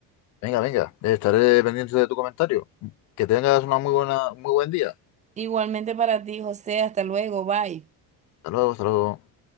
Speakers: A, on the left; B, on the right.
A: venga, venga, estaré pendiente de tu comentario, que tengas una muy buena, muy buen día,
B: Igualmente para ti, José. Hasta luego. Bye.
A: hasta luego, hasta luego.